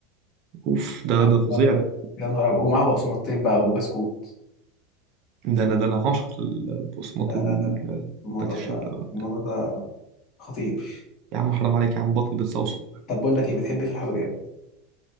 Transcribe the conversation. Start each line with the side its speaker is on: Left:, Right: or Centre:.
Right: اوف ده
Left: يا نهار
Right: ده فظيع
Left: ابيض
Right: ده
Left: يا نهار ابيض ومعاها بقسماطتين بقى وبسكوت
Right: ده انا ده انا عاشق للبقسماط
Left: لا
Right: وال-
Left: لا لا لا. الموضوع
Right: وبات الشام
Left: ده
Right: ده
Left: الموضوع
Right: ده-
Left: ده خطير
Right: يا عم حرام عليك يا عم بطني بتصوصو
Left: طب بقول لك ايه بتحب إيه في الحلويات